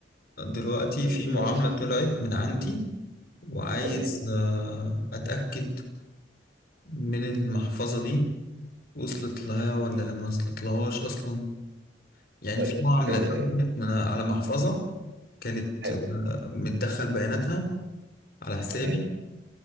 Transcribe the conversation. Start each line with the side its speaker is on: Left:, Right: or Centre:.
Left: دلوقتي
Right: الكريبتو
Left: في معاملة
Right: كرنسي
Left: طلعت من عندي وعايز
Right: تمام
Left: آه، أتأكد من المحفظة دي وصلت لها ولا لما وصلت لهاش أصلا يعني
Right: طيب
Left: في معاملة
Right: آه
Left: اتعملت من على محفظة كانت
Right: حلو
Left: آه، متدخل بياناتها على حسابي
Right: تمام